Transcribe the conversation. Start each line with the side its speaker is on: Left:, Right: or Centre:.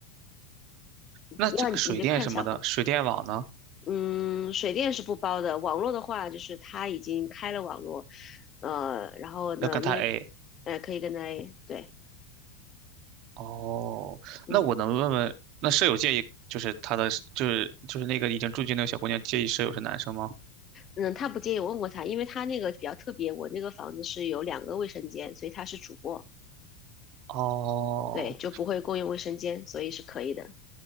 Right: 那这个水电什么的，
Left: 要你你就看小房，
Right: 水电网呢？
Left: 嗯，水电是不包的，网络的话就是他已经开了网络，呃，然后呢，
Right: 要跟他
Left: 因为，
Right: A。
Left: 呃，可以跟他，对，
Right: 哦，
Left: 嗯
Right: 那我能问问，那舍友介意就是他的，就是就是那个已经住进那个小姑娘介意舍友是男生吗？
Left: 嗯，他不介意，我问过他，因为他那个比较特别，我那个房子是有两个卫生间，所以他是主卧，
Right: 哦，
Left: 对，就不会共用卫生间，所以是可以的，